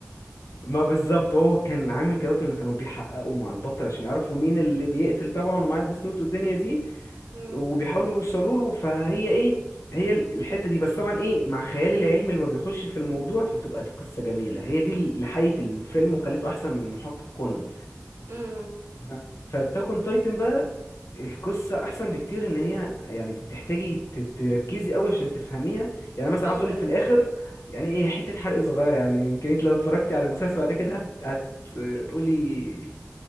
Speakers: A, on the left (about 80°); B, on the right (about 85°).
A: ما بالظبط هو كان عامل كده ان كانوا بيحققوا مع البطل عشان يعرفوا مين اللي بيقتل طبعا ومعاه الديس نوت والدنيا دي
B: امم
A: وبيحاولوا يوصلوا له فهي ايه هي ال- الحتة دي بس طبعا ايه مع خيالي العلمي لما بيخش في الموضوع فبتبقى القصة جميلة هي دي اللي حيت الفيلم وخليته احسن من محقق كونان
B: امم
A: تمام. فاتاكون تايتن بقى القصة احسن بكتير ان هي يعني بتحتاجي ت- تركزي قوي عشان تفهميها يعني مثلا
B: ايوه
A: عاوز اقولك
B: ايوه
A: في الاخر يعني ايه حتة حرق صغيرة يعني يمكن انت لو اتفرجتي على المسلسل بعد كده هت... هتقولي